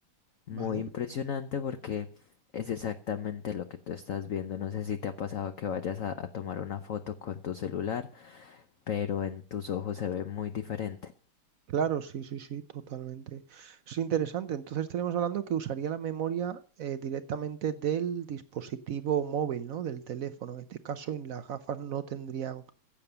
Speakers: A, on the left; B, on the right.
A: muy
B: Vale.
A: impresionante porque es exactamente lo que tú estás viendo. No sé si te ha pasado que vayas a, a tomar una foto con tu celular, pero en tus ojos se ve muy diferente.
B: Claro, sí, sí, sí, totalmente. Es interesante. Entonces estaremos hablando que usaría la memoria eh, directamente del dispositivo móvil, ¿no? Del teléfono. En este caso, y las gafas no tendrían